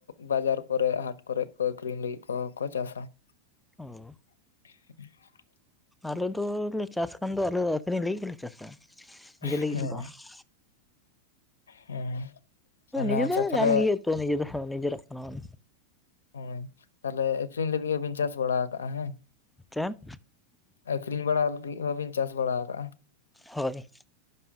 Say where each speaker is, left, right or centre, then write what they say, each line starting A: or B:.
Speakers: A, on the left; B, in the centre.
A: ᱵᱟᱡᱟᱨ ᱠᱚᱨᱮ, ᱦᱟᱴ ᱠᱚᱨᱮᱜ ᱠᱚ ᱟᱹᱠᱷᱨᱤᱧ ᱞᱟᱹᱜᱤᱫ ᱠᱚᱦᱚᱸ ᱠᱚ ᱪᱟᱥᱟ ᱾
B: ᱚᱻᱳᱻ
A: ᱴᱷᱤᱝ-ᱴᱷᱤᱝ-ᱚᱜ ᱾
B: ᱟᱞᱮ ᱫᱚᱻ ᱞᱮ ᱪᱟᱥ ᱠᱷᱟᱱ ᱫᱚ ᱟᱞᱮ ᱫᱚ ᱟᱹᱠᱷᱨᱤᱧ ᱞᱟᱹᱜᱤᱫ ᱜᱮᱞᱮ ᱪᱟᱥᱟ।
A: ᱷᱮᱸᱦᱮᱸ
B: ᱱᱤᱡᱮ ᱞᱟᱹᱜᱤᱫ ᱫᱚ ᱵᱟᱝ
A: ᱦᱮᱸ। ᱢᱟᱱᱮ
B: ᱱᱤᱡᱮ
A: ᱟᱪᱪᱷᱟ
B: ᱫᱚ
A: ᱛᱟᱦᱚᱞᱮ
B: ᱧᱟᱢ ᱜᱮᱭᱟ ᱛᱚ ᱱᱤᱡᱮ ᱫᱚ ᱱᱤᱡᱮᱨᱟᱜ ᱠᱟᱱᱟ ᱾
A: ᱦᱮᱸ ᱛᱟᱦᱚᱞᱮ ᱟᱠᱷᱨᱤᱧ ᱞᱟᱹᱜᱤᱫ ᱦᱚᱸᱵᱤᱱ ᱪᱟᱥ ᱵᱟᱲᱟ ᱠᱟᱜ-ᱟ ᱦᱮᱸ?
B: ᱪᱮᱫ?
A: ᱟᱠᱷᱨᱤᱧ ᱵᱟᱲᱟ ᱞᱟᱹᱜᱤᱫ ᱦᱚᱸᱵᱤᱱ ᱪᱟᱥ ᱵᱟᱲᱟ ᱟᱠᱟᱫ-ᱟ?
B: ᱦᱳᱭ।